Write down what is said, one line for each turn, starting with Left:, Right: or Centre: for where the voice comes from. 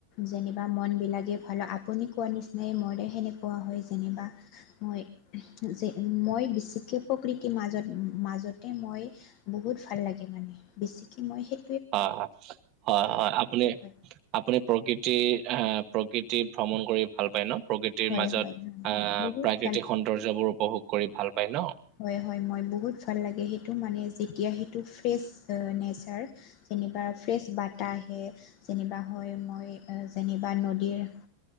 Left: যেনিবা মন বিলাকেই ভাল আপুনি কোৱা নিচিনাই মৰে সেনেকুৱা হয় যেনিবা। হয়, যে মই বিশষকে প্ৰকৃতিৰ মাজত। মাজতে মই বহুত ভাল লাগে মানে বেছিকে মই সেই
Right: হয়-হয়-হয়-হয় আপুনি
Left: হয়
Right: আপুনি প্ৰকৃতিৰ আহ, প্ৰকৃতি ভ্ৰমণ কৰি ভাল পায় ন? প্ৰকৃতিৰ
Left: হয়
Right: মাজত
Left: হয় হয় হয়
Right: আহ
Left: বহুত
Right: প্ৰাকৃতিক
Left: ভাল লাগে
Right: সৌন্দৰ্যবোৰ উপভোগ কৰি ভাল পায় ন?
Left: হয়-হয় মই বহুত ভাল লাগে সেইটো মানে যেতিয়া সেইটো ফ্ৰেচ নেচাৰ। যেনিবা ফ্ৰেছ বাটাহ আহে, যেনিবা হয় মই যেনিবা নদীৰ